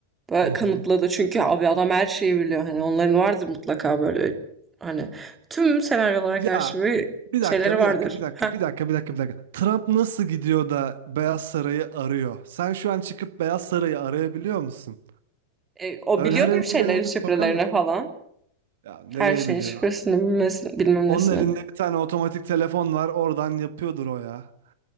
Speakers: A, on the right (about 20°); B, on the right (about 55°).
A: Böyle
B: Hı
A: kanıtladı
B: hı.
A: çünkü abi adam her şeyi biliyor. Hani onların vardır mutlaka böyle hani tüm senaryolara
B: Ya
A: karşı bir
B: bir
A: şeyleri
B: dakika, bir
A: vardır.
B: dakika, bir dakika,
A: Ha.
B: bir dakika, bir dakika, bir dakika. Trump nasıl gidiyor da Beyaz Saray'ı arıyor? Sen şu an çıkıp Beyaz Saray'ı arayabiliyor musun?
A: E, o
B: Öyle
A: biliyordur
B: her önüne
A: bir şeylerin
B: geleni
A: şifrelerini
B: sokarlar.
A: falan.
B: Ya nereye
A: Her şeyin
B: biliyor?
A: şifresini bilmesi, bilmem
B: Onun
A: nesini.
B: elinde bir tane otomatik telefon var. Oradan yapıyordur o ya.